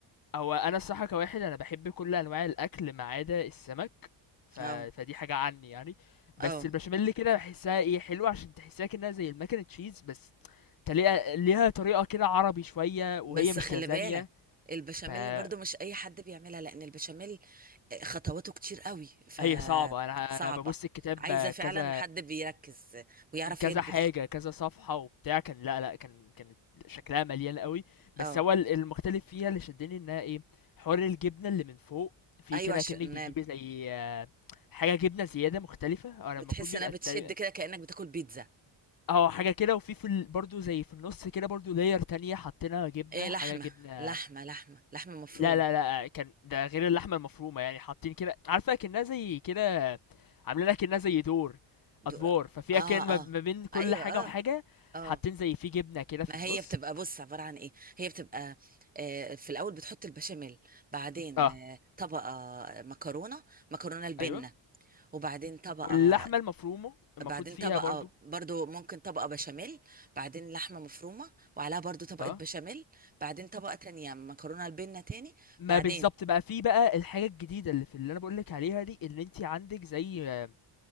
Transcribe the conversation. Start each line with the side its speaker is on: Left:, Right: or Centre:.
Left: هو انا الصراحة كواحد انا بحب كل انواع الاكل ما عدا السمك ف...
Right: اه
Left: فدي حاجة عني يعني بس
Right: اه
Left: البشاميل كده بحسها ايه حلوة عشان تحسها كأنها زي المكن تشيز بس تلاقيها ليها طريقة كده عربي شوية وهي
Right: بس
Left: مش
Right: خلي
Left: لازانيا
Right: بالك البشاميل
Left: فهي
Right: برضو مش اي حد بيعملها لان البشاميل خطواته كتير قوي فصعبه
Left: صعبة انا انا ببص الكتاب
Right: عايزه فعلا
Left: كذا
Right: حد بيركز ويعرف
Left: كذا
Right: يطبخ
Left: حاجة كذا صفحة وبتاع كان لأ، لأ، كان كانت شكلها مليان أوي، بس
Right: اه
Left: هو ال المختلف فيها اللي شدني إنها إيه، حوار الجبنة اللي من فوق، في
Right: ايوه
Left: كده
Right: عشان
Left: أكنّك بتجيبي زي حاجة جبنة زيادة مختلفة، هو أنا
Right: بتحس
Left: المفروض بيبقى
Right: انها بتشد
Left: تقريبًا
Right: كده كانك بتاكل بيتزا
Left: آه، حاجة كده وفي في ال برضه زي في النُص كده برضه layer تانية حاطينها جبنة،
Right: إيه
Left: حاجة
Right: لحمه
Left: جبنة
Right: لحمه لحمه لحمه مفروم
Left: لا لا لأ، كان ده غير اللحمة المفرومة يعني حاطين كده عارفة أكنها زي كده عاملينها أكنها زي دور أدوار
Right: دور اه
Left: ففي أكن ما
Right: اه
Left: ما بين كل
Right: ايوه
Left: حاجة
Right: اه
Left: وحاجة
Right: اه
Left: حاطين زي في جبنة كده في
Right: ما
Left: النص
Right: هي بتبقى بص عبارة عن ايه هي بتبقى آه، في الاول بتحط البشاميل بعدين
Left: اه
Right: آه، طبقة مكرونة مكرونة البنة
Left: أيوه
Right: وبعدين طبقة
Left: واللحمة المفرومة المفروض
Right: بعدين
Left: فيها
Right: طبقة
Left: برضو
Right: برضو ممكن طبقة بشاميل بعدين لحمة مفرومة وعليها برضو طبقة
Left: اه
Right: بشاميل بعدين طبقة تانية مكرونة البنة تاني
Left: ما
Right: بعدين
Left: بالظبط بقى في بقى الحاجة الجديدة اللي في اللي أنا بقولك عليها دي اللي انت عندك زي آه،